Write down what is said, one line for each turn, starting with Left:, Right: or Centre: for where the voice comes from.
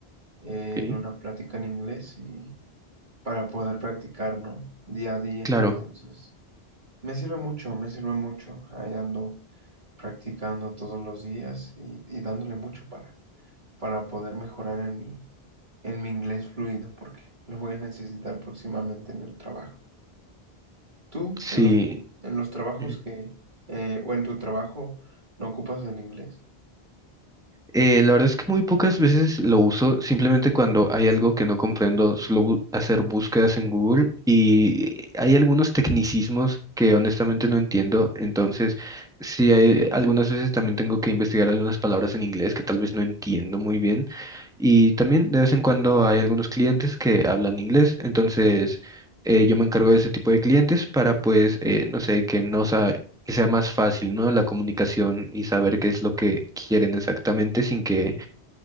Right: eh,
Centre: ok.
Right: en una plática en inglés y para poder practicar, ¿no? Día a día,
Centre: Claro.
Right: entonces me sirve mucho, me sirve mucho, ahí ando practicando todos los días y, y dándole mucho para, para poder mejorar en mi, en mi inglés fluido, porque lo voy a necesitar próximamente en el trabajo. ¿Tú
Centre: Sí,
Right: en los, Sí. en los trabajos
Centre: Ujú.
Right: que, eh, o en tu trabajo, no ocupas el inglés?
Centre: eh, la verdad es que muy pocas veces lo uso, simplemente cuando hay algo que no comprendo, suelo bu- hacer búsquedas en Google y hay algunos tecnicismos que honestamente no entiendo, entonces sí hay algunas veces también tengo que investigar algunas palabras en inglés que tal vez no entiendo muy bien y también de vez en cuando hay algunos clientes que hablan inglés, entonces eh, yo me encargo de ese tipo de clientes para pues, eh, no sé, que no, que sea más fácil, ¿no? La comunicación y saber qué es lo que quieren exactamente sin que